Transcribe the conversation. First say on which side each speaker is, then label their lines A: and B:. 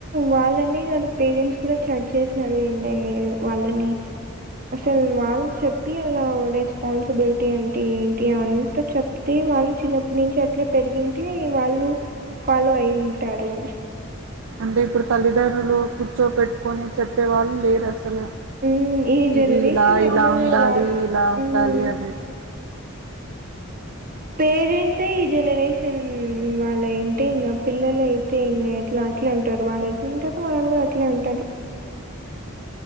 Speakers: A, on the right (about 40°); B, on the right (about 65°).
A: వాళ్ళనే కాదు పేరెంట్స్ కూడా చట్ చేసినార్ లేండి వాళ్ళని అసల్ వాల్ చెప్ చెప్పి అలో రెస్పాన్సిబిలిటీ అంటే ఏంటి అ అంతా చెప్తే, వాళ్ళు చిన్నప్పటి నుంచి అట్లే పెరిగింటే వాళ్ళు ఫాలో అయింది. టరు
B: అంటే ఇప్పుడు తల్లిదండ్రులు కూర్చో పెట్టుకొని చెప్పే వాళ్ళు లేరస్ సలు
A: మ్మ్ ఈ జనరేషన్
B: ఇది ఇలా
A: ఎట్లున్నారు
B: ఇలా ఉండాలి,
A: వాళ్ళు
B: ఇలా ఉండాలి
A: మ్మ్
B: అనేసి.
A: పేరెంట్సే ఈ జనరేషన్ వాళ్ళ అయింటె ఇంగ పిల్లలు అయితే ఇంగ ఎట్లా అట్లే ఉంటరు వాళ్ళు ఎట్లా ఉంటరు వాళ్ళు అట్లే ఉంటారు.